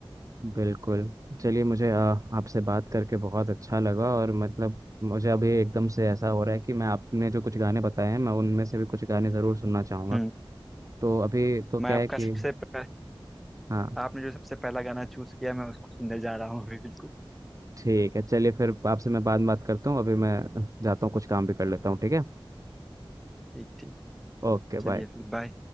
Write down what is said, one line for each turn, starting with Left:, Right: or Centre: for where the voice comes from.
Right: बिल्कुल चलिए मुझे अ, आपसे बात करके बहुत अच्छा लगा और मतलब मुझे अभी एकदम से ऐसा हो रहा है कि मैं आपने जो कुछ गाने बताए हैं मैं उनमें से भी कुछ गाने ज़रूर सुनना चाहूँगा
Centre: हम्म
Right: तो अभी तो
Centre: मैं
Right: क्या
Centre: आपका
Right: है कि
Centre: सबसे पह,
Right: हाँ
Centre: आपने जो सबसे पहला गाना चूज किया मैं उसको सुनने जा रहा हूँ अभी बिल्कुल
Right: ठीक है चलिए फिर आपसे मैं बाद में बात करता हूँ अभी मैं जाता हूँ कुछ काम भी कर लेता हूँ ठीक है
Centre: ठीक ठीक
Right: Okay
Centre: चलिए
Right: bye
Centre: फिर बाय